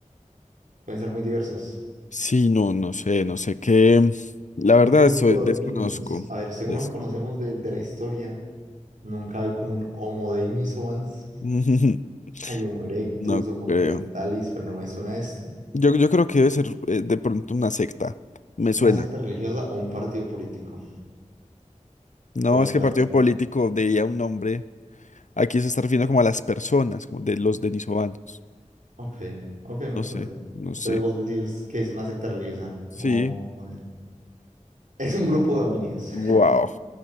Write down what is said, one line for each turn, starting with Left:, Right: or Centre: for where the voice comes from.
Right: pueden ser muy diversos.
Left: Sí, no, no sé, no sé qué. La
Right: Un
Left: verdad,
Right: grupo
Left: estoy,
Right: de
Left: desconozco.
Right: dominios. A ver, según
Left: Des-
Right: lo que conocemos de, de la historia, nunca hay como un Homo denisovans.
Left: <laughs>
Right: <laughs> Hay Homo erectus,
Left: No
Right: Homo
Left: creo.
Right: neanderthalis, pero no me suena esto.
Left: Yo, yo creo que debe ser eh, de pronto una secta. Me suena.
Right: Una secta religiosa o un partido político.
Left: No,
Right: Todo
Left: es
Right: acá
Left: que partido
Right: pues.
Left: político diría un nombre. Aquí se está refiriendo como a las personas, como de los denisovanos.
Right: Ok, ok, me
Left: No
Right: parece.
Left: sé, no sé.
Right: Entonces vos decís que es una secta religiosa.
Left: Sí.
Right: Vamos, vamos a ver. Es un grupo de dominios.
Left: Wow,